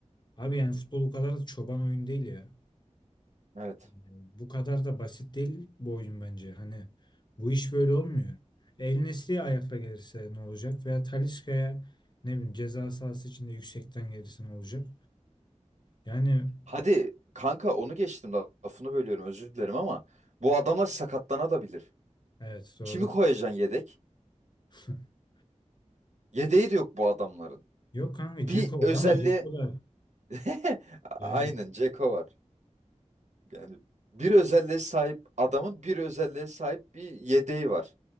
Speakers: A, on the left; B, on the right.
A: Abi yani futbol bu kadar da çoban oyun değil ya.
B: Evet.
A: Yani Bu kadar da basit değil bu oyun bence. Hani bu iş böyle olmuyor. El Nesri'ye ayakla gelirse ne olacak? Veya Talisca'ya ne bileyim ceza sahası içinde yüksekten gelirse ne olacak? Yani
B: Hadi kanka onu geçtim lafını bölüyorum özür dilerim ama bu adamlar sakatlanabilir.
A: evet doğru.
B: Kimi koyacaksın yedek?
A: <laughs>
B: Yedeği de yok bu adamların.
A: Yok kanka
B: Bir
A: Dzeko
B: özelliğe
A: var ama Dzeko da
B: <laughs>
A: yani
B: aynen Ceko var. Yani bir özelliğe sahip adamın bir özelliğe sahip bir yedeği var.